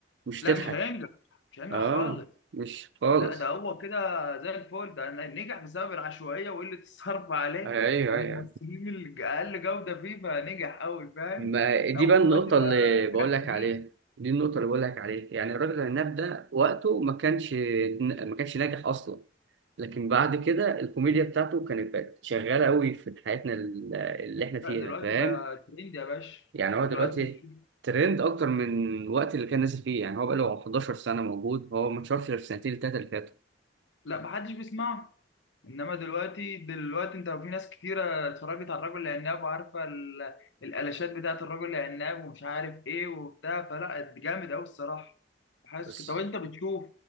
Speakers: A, on the right; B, on the left.
A: مش
B: لا
A: تضحك
B: مش هينجح مش هينجح
A: اه
B: خالص
A: مش خالص
B: لا ده هو كده زي الفل ده نجح بسبب العشوائية وقلة الصرف عليه
A: ايوه
B: والممثلين
A: ايوه
B: اللي أقل جودة فيه فنجح أوي فاهم؟
A: ما دي
B: لا ودلوقتي
A: بقى النقطة
B: بقى
A: اللي بقول
B: نجاح
A: لك
B: كبير
A: عليها دي النقطة اللي بقول لك عليها يعني الراجل العناب ده وقته ما كانش ما كانش ناجح أصلا لكن بعد كده الكوميديا بتاعته كانت بقت شغالة قوي في حياتنا ال- اللي احنا
B: لا
A: فيها
B: دلوقتي
A: فاهم
B: بقى ترند يا باشا
A: يعني هو
B: دلوقتي
A: دلوقتي
B: مش
A: ترند أكتر من الوقت اللي كان نازل فيه يعني هو بقى له 11 سنة موجود هو ما اتشهرش غير في السنتين التلاتة اللي فاتوا
B: لا محدش بيسمعه انما دلوقتي دلوقتي انت في ناس كتيره اتفرجت على الرجل العناب وعارفه ال- الالاشات بتاعت الرجل العناب ومش عارف ايه وبتاع فلا جامد قوي الصراحه حاسس
A: بس
B: كده. طب انت بتشوف